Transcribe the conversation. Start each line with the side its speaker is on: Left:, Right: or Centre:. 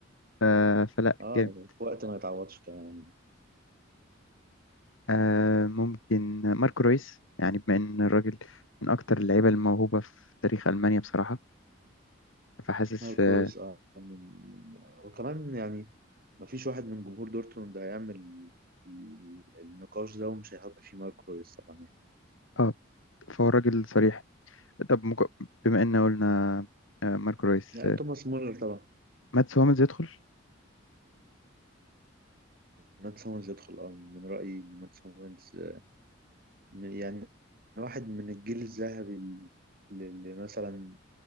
Left: آه، فلا
Right: اه
Left: جامد
Right: في وقت ما يتعوضش كمان
Left: آه، ممكن ماركو رويس يعني بما إن الراجل من أكتر اللعيبة الموهوبة في تاريخ ألمانيا بصراحة فحاسس
Right: نوير
Left: اه
Right: كرويس اه من- وكمان يعني ما فيش واحد من جمهور دورتموند هيعمل ال- النقاش ده ومش هيحط فيه مارك كويس طبعا يعني
Left: آه، فهو الراجل صريح طب مك... بما ان قلنا آه، ماركو رويس
Right: لا،
Left: آه،
Right: توماس مولر طبعا
Left: ماتس هوملز يدخل
Right: مات سومرز يدخل اه من رأيي ان مات سومرز آه، يعني واحد من الجيل الذهبي اللي اللي مثلا